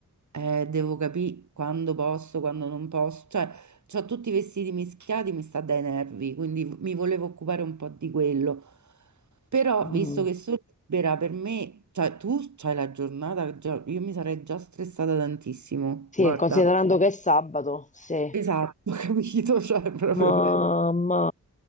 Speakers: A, on the right (about 55°); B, on the left (about 20°).
A: eh, devo capire quando posso, quando non posso, cioè ho tutti i vestiti mischiati, mi sta dai nervi, quindi mi volevo occupare un po' di quello, però
B: Mm.
A: visto che sono libera per me, cioè tu c'hai la giornata, già- io mi sarei già stressata tantissimo,
B: Sì,
A: guarda.
B: considerando che è sabato, sì.
A: Esatto, <laughs> ho capito, cioè proprio...
B: Ma, ma-